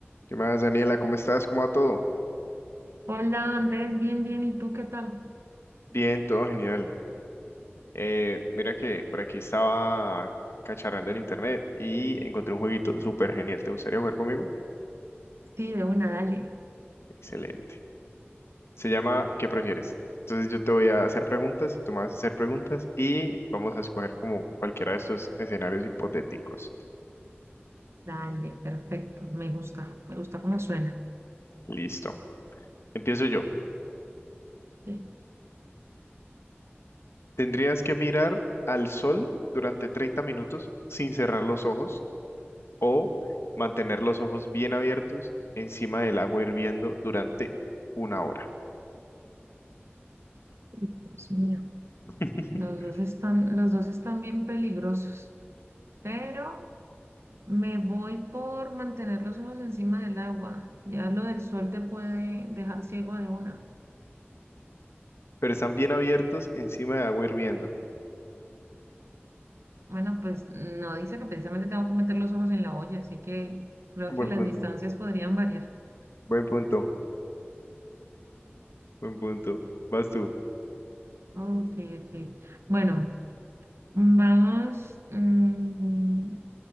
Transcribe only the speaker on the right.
Hola Andrés, bien, bien, ¿y tú qué tal?
Sí, de una, dale,
dale, perfecto, me gusta, me gusta cómo suena.
Sí,
Dios mío,
los dos están, los dos están bien peligrosos, pero me voy por mantener los ojos encima del agua, ya lo del sol te puede dejar ciego de una.
Bueno, pues no dice que precisamente tengo que meter los ojos en la olla, así que creo
que las
distancias podrían variar.
Ok, ok. Bueno, vamos. mm,